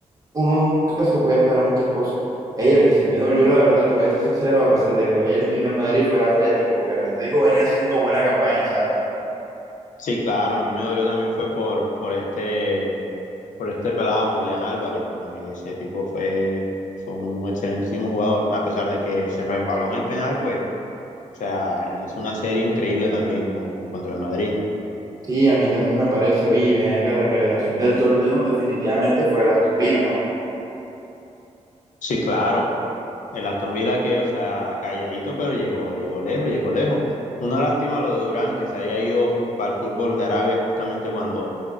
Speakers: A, on the right (about 25°); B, on the left (about 80°).
A: uno nunca se puede esperar muchas cosas. Ey, el que sí me dolió, la verdad, te voy a ser sincero, a pesar de que lo haya eliminado el Madrid, fue el Atlético, porque el Atlético venía haciendo buena campaña, ¿sabes?
B: Sí, claro, a mí me dolió también fue por, por este, por este pelado Julián Álvarez. Pues, Ese tipo fue, fue un excelentísimo jugador, a pesar de que se resbaló en el penal, pues, o sea, él hizo una serie increíble también con, contra el Madrid.
A: Sí, a mí también me parece. Oye, ven acá, la revelación del torneo definitivamente fue el Aston Villa, ¿no?
B: Sí, claro, El Aston Villa que, o sea, calladito, pero llegó, llegó lejos, llegó lejos. Una lástima lo de Durán, que se haya ido ju- para el fútbol de Arabia justamente cuando,